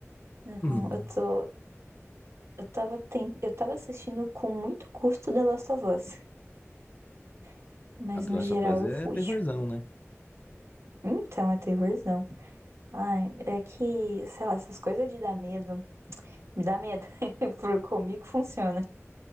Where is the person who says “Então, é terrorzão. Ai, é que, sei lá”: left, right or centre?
Right